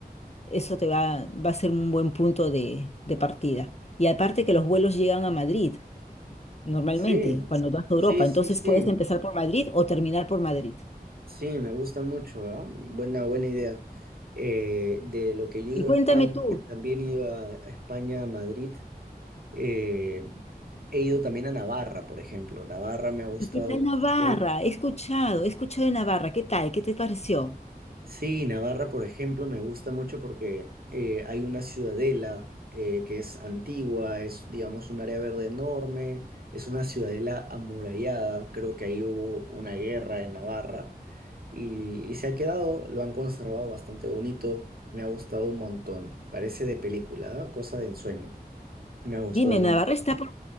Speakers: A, on the left (about 40°); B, on the right (about 65°).
A: eso te va, va a ser un buen punto de, de partida. Y aparte que los vuelos llegan a Madrid, normalmente,
B: Sí,
A: cuando vas a Europa,
B: sí,
A: entonces
B: sí, sí.
A: puedes empezar por Madrid o terminar por Madrid.
B: Sí, me gusta mucho, ¿ah? Buena, buena idea. Eh, de lo que yo he
A: Y
B: ido
A: cuéntame
B: a España,
A: tú,
B: que también he ido a, a España, a Madrid, eh, he ido también a Navarra, por ejemplo. Navarra me ha gustado
A: ¿y qué tal Navarra?
B: mucho.
A: He escuchado, he escuchado de Navarra, ¿qué tal? ¿Qué te pareció?
B: Sí, Navarra, por ejemplo, me gusta mucho porque eh, hay una ciudadela eh, que es antigua, es, digamos, un área verde enorme, es una ciudadela amurallada, creo que ahí hubo una guerra en Navarra y, y se ha quedado, lo han conservado bastante bonito, me ha gustado un montón, parece de película, ¿ah? Cosa de ensueño, me ha gustado
A: Dime, Navarra está por